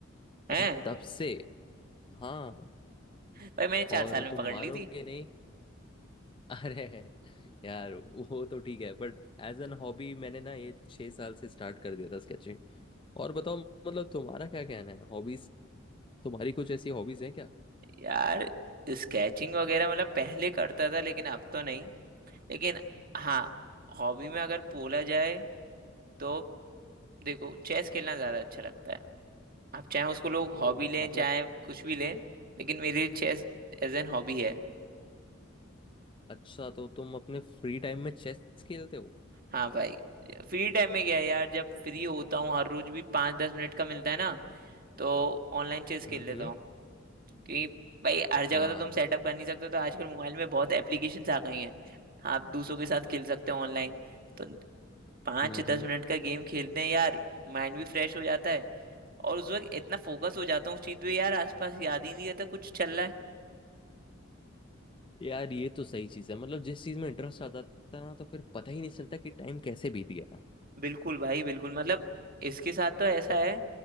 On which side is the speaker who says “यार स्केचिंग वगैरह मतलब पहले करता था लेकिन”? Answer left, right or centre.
Right